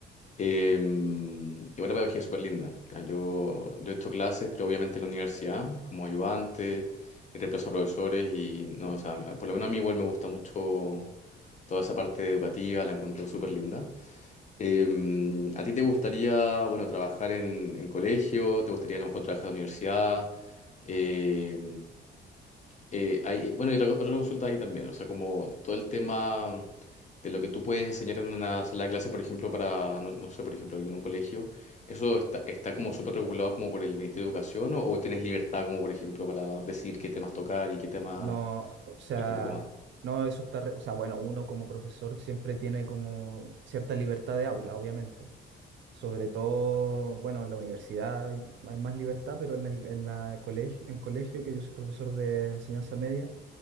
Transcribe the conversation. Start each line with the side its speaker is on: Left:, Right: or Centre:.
Left: Em, igual la pedagogía es súper linda. Ah, Yo, yo he hecho clases, pero obviamente en la universidad, como ayudante, he reemplazado a profesores y no, o sea, por lo menos a mí igual me gusta mucho toda esa parte educativa, la encuentro súper linda. Em, ¿a ti te gustaría, bueno, trabajar en, en colegio? ¿Te gustaría a lo mejor trabajar en la universidad? Eh, eh, hay- eh, bueno, y otra, otra consulta ahí también, o sea, como todo el tema de lo que tú puedes enseñar en una sala de clase, por ejemplo, para, no, no sé, por ejemplo, algún colegio, ¿eso está, está como súper regulado como por el Ministerio de Educación o, o tienes libertad como, por ejemplo, para decir qué temas tocar y qué temas
Right: No, o sea,
Left: un poco más?
Right: no, eso está, re- o sea, bueno, uno como profesor siempre tiene como cierta libertad de aula, obviamente Sobre todo, bueno, en la universidad hay, hay más libertad, pero en el, en la colegio, en colegio, que yo soy profesor de enseñanza media,